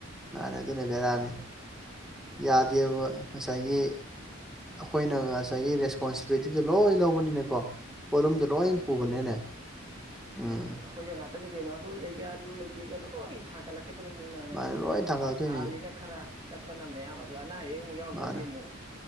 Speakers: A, in the centre; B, on the right (about 25°).
A: ꯃꯥꯅꯤ ꯑꯗꯨꯅꯦ ꯕꯦꯔꯥꯅꯤ ꯌꯥꯗꯦꯕ ꯉꯁꯥꯏꯒꯤ ꯑꯩꯈꯣꯏꯅ ꯉꯁꯥꯏꯒꯤ ꯔꯦꯁꯄꯣꯟꯁꯤꯕꯤꯂꯤꯇꯤꯗꯣ ꯂꯣꯏ ꯂꯧꯕꯅꯤꯅꯦ ꯀꯣ ꯄꯣꯠꯂꯨꯝꯗꯣ ꯂꯣꯏ
B: ꯃꯥꯅꯦ ꯑꯩꯈꯣꯏꯗꯤ
A: ꯄꯨꯕꯅꯤꯅꯦ ꯎꯝ
B: ꯃꯥꯅꯦ ꯃꯥꯅꯦ ꯑꯩꯈꯣꯏꯗ ꯉꯥꯛꯇꯅꯤ ꯀꯩꯅꯣ ꯑꯗꯨ ꯂꯩꯒ ꯑꯗꯨ ꯂꯩꯇꯦꯒ ꯂꯣꯏ ꯊꯥꯡꯒꯠꯂꯛꯄ ꯈꯤꯗ꯭ꯔꯣꯕꯅꯤꯅꯅꯦ
A: ꯃꯥꯅꯦ ꯂꯣꯏ ꯊꯥꯡꯒꯠꯂꯛꯇꯣꯏꯅꯤ
B: ꯀꯥꯜꯂꯤꯅꯦ ꯈꯔ ꯆꯠꯄꯅ ꯃꯌꯥꯝ ꯑꯗꯨ ꯑꯅꯥ ꯑꯌꯦꯛ ꯑꯃꯨꯛ ꯌꯥꯎꯗ꯭ꯔꯗꯤ
A: ꯃꯥꯅꯦ
B: ꯑꯃꯨꯛ